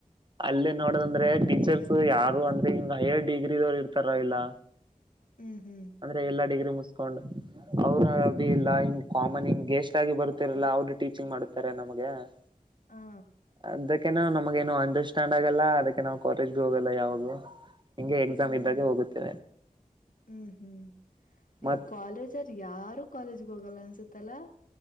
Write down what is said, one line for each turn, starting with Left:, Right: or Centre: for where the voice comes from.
Right: ಅಲ್ಲೇ ನೋಡದಂದ್ರೆ ಟೀಚರ್ಸ್ ಯಾರು ಅಂದ್ರೆ ಹಿಂಗ ಹೈಯರ್ ಡಿಗ್ರಿವ್ರು ಇರ್ತಾರ ಇಲ್ಲ. <unintelligible>
Left: ಹ್ಮ್ ಹ್ಮ್
Right: ಅಂದ್ರೆ ಎಲ್ಲಾ ಡಿಗ್ರಿ ಮುಸ್ಕೊಂಡು. ಅವ್ರ ಅಭಿ ಇಲ್ಲ ಹಿಂಗ್ ಕಾಮನ್ ಹಿಂಗ ಗೆಸ್ಟ್ ಆಗಿ ಬರುತ್ತರಲ್ಲ ಅವರು ಟೀಚಿಂಗ್ ಮಾಡತಾರೆ ನಮ್ಗೆ. ಹ <unintelligible>
Left: ಹಾ...
Right: ಅದಕ್ಕೇನು ನಮಗ ಏನು ಅಂಡರ್ಸ್ಟ್ಯಾಂಡ್ ಆಗಲ್ಲ ಅದಕ್ಕೆ ನಾವ್ ಕಾಲೇಜ್ಗ ಹೋಗಲ್ಲ ಯಾವಾಗು. ಹಿಂ ಎಕ್ಸಾಮ್
Left: ಹ್ಮ್
Right: ಇದ್ದಾಗೆ ಹೋಗುತ್ತೇ.
Left: ಹ್ಮ್ ಹ್ಮ್ ನಿಮ್
Right: ಮತ್
Left: ಕಾಲೇಜರ್ ಯಾರು ಕಾಲೇಜ್ಗೆ ಹೋಗಲ್ಲ ಅನ್ಸುತ್ತಲ್ಲ.